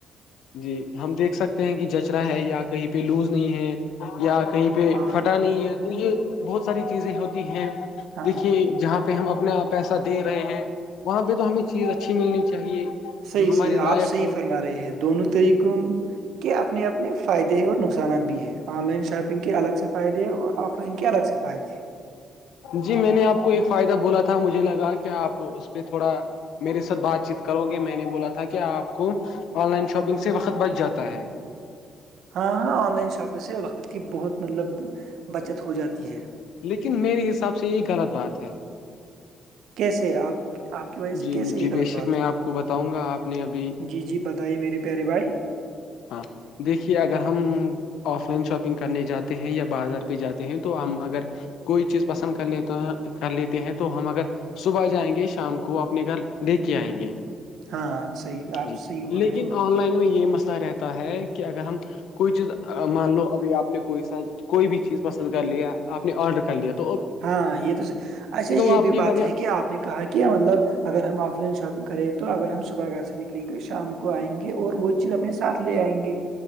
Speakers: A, on the left; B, on the right.
A: جی ہم دیکھ سکتے ہیں کہ جچرا ہے یا کہیں پہ لوز نہیں ہے یا کہیں پہ
B: ہاں
A: پھٹا نہیں ہے تو یہ بہت ساری چیزیں ہوتی ہیں
B: ہاں
A: دیکھیے جہاں پہ پہ ہم اپنا پیسہ دے رہے ہیں وہاں پہ تو ہمیں چیز اچھی ملنی چاہیے
B: حیحی
A: جو ہمارے لائق
B: آپ صحیح
A: ہو
B: فرما رہے ہیں دونوں طریقے کے اپنے اپنے فائدے ہیں اور نقصانات بھی ہیں آن لائن شاپنگ شپنگ کے الگ سے فائدے اور آف لائن کے الگ سے فائدے
A: جی میں نے آپ کو ایک فائدہ بولا تھا مجھے لگا کیا آپ اس پہ تھوڑا میرے ساتھ بات چیت کرو گے میں نے بولا تھا کیا آپ کو آن لائن شاپنگ سے وقت بچ جاتا ہے
B: ہاں ہاں آن لائن شاپنگ سے وقت کی بہت مطلب بچت ہو جاتی ہے
A: لیکن میرے حساب سے یہ غلط بات ہے
B: کیسے آپ آپ کی وجہ سے
A: جی
B: کیسے
A: جی
B: یہ غلط
A: بےشک
B: بات
A: میں آپ کو بتاؤں گا آپ نے ابھی
B: ہے جی جی بتائیے میرے پیارے بھائی
A: ہاں دیکھیے اگر ہم آف لائن شاپنگ کرنے جاتے ہیں یا بازار پہ جاتے ہیں تو ہم اگر کوئی چیز پسند کر لیتا ہے کر لیتے ہیں تو ہم اگر صبح جائیں گے شام کو کو اپنے گھر لے کے آئیں گے
B: ہاں صحیح آپ
A: جی
B: صحیح بول
A: لیکن
B: رہے ہو
A: آن لائن میں یہ مسئلہ رہتا ہے کہ اگر ہم کوئی چیز مان لو ابھی آپ نے کوئی ساتھ کوئی بھی چیز پسند کر لیا آپ نے آرڈر کر لیا تھا
B: ہاں یہ تو اچھا یہ
A: آپ
B: بھی
A: کے
B: بات
A: گھر یا
B: ہے کہ آپ نے کہا کیا مطلب اگر ہم آف لائن شاپگ کریں تو اگر ہم صبح گھر سے نکل نکل کر شام کو آئیں گے اور وہ چیز اپنے ساتھ لے آئیں گے